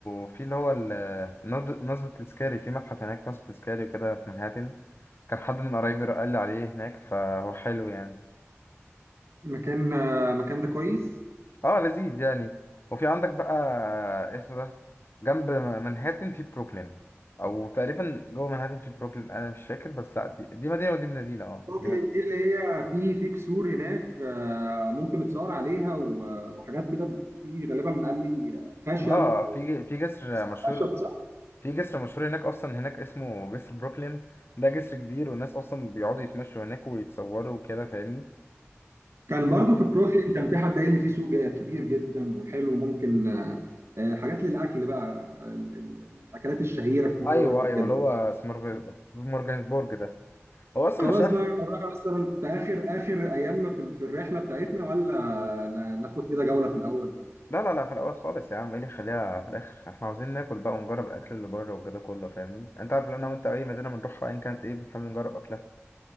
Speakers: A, on the left (about 55°); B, on the right (about 65°).
A: في اللي هو ال- نض- نصب التذكاري في متحف هناك نصب تذكاري وكده في منهاتن كان حد من قرايبي قال لي عليه هناك فهو حلو يعني
B: مكان آه، مكان ده كويس
A: اه لذيذ يعني وفي عندك بقى اسمه ده جنب منهاتن في بروكلين او تقريبا جوه منهاتن في بروكلين انا مش فاكر بس لا دي, دي مدينه ودي مدينه اه
B: بروكلين
A: دي مد...
B: دي اللي هي في في كسور هناك آه، ممكن نتصور عليها و- وحاجات كده في غالبا قال لي آه، خشب
A: اه
B: او
A: في في جسر مشهور
B: خشب
A: في جسر مشهور هناك اصلا هناك اسمه جسر بروكلين ده جسر كبير والناس اصلا بيقعدوا يتمشوا هناك ويتصوروا وكده فاهمني
B: كان برضو في بروكلين كان في حد قال لي في سوق جا- كبير جدا وحلو ممكن آه، آه، حاجات للاكل بقى ال- ال- الاكلات الشهيره في نيويورك
A: ايوه
B: وكده
A: ايوه اللي هو سمر- مورجانسبورج ده هو اصلا
B: خلاص
A: مش قافل
B: بقى نروح مثلا في اخر اخر ايامنا في ال- في الرحله بتاعتنا ولا ن- ناخد كده جوله في الاول
A: لا لا لا في الاول خالص يا عم ايه اللي يخليها في الاخر احنا عاوزين ناكل بقى ونجرب الاكل اللي بره والجو ده كله فاهمني انت عارف لو انا وانت اي مدينه بنروحها ايا كانت ايه بنحاول نجرب اكلها